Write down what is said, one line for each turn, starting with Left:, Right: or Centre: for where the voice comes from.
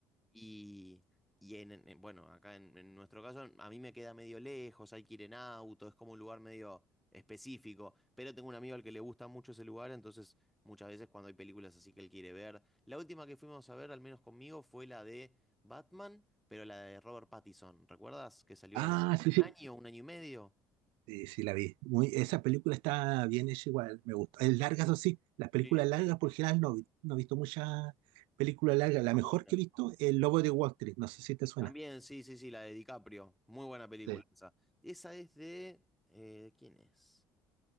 Centre: Y, y en, en- bueno, acá en, en nuestro caso, a mí me queda medio lejos, hay que ir en auto, es como un lugar medio específico. Pero tengo un amigo al que le gusta mucho ese lugar, entonces muchas veces cuando hay películas así que él quiere ver. La última que fuimos a ver, al menos conmigo, fue la de Batman, pero la de Robert Pattinson. ¿Recuerdas? Que salió
Right: Ah,
Centre: hace
Right: sí,
Centre: un
Right: sí.
Centre: año, un año y medio.
Right: Sí, sí, la vi. Muy, esa película está bien hecha igual, me gusta. Es larga, eso sí. Las películas
Centre: Sí.
Right: largas, por general, no, vi- no he visto muchas películas largas.
Centre: Está
Right: La mejor
Centre: buena.
Right: que he visto es El Lobo de Wall Street. No sé si te suena.
Centre: También, sí, sí, sí, la de DiCaprio. Muy buena película
Right: Sí.
Centre: esa. Esa es de. eh, ¿quién es?